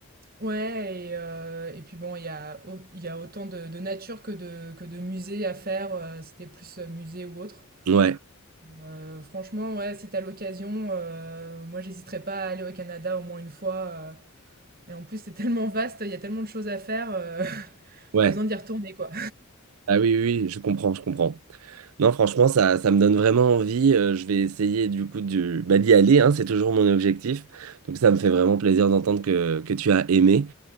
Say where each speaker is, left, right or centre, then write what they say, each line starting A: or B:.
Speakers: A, on the right (about 45°); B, on the right (about 85°).
A: Ouais et heu et puis bon, il y a au il y a autant de de nature que de que de musée à faire, heu, si tu plus, heu, musée ou autre.
B: Ouais,
A: Heu, franchement, ouais, si t'as l'occasion, heu, moi, j'hésiterais pas à aller au Canada au moins une fois, heu et en plus, c'est <laughs> tellement vaste, il y a tellement de choses à faire, heu,
B: ouais.
A: tu <laughs> besoin d'y retourner, quoi.
B: Ah oui, oui, oui, je comprends, je comprends. Non, franchement, ça, ça me donne vraiment envie. Euh, je vais essayer du coup du, bah, d'y aller, hein, c'est toujours mon objectif. Donc ça me fait vraiment plaisir d'entendre que, que tu as aimé.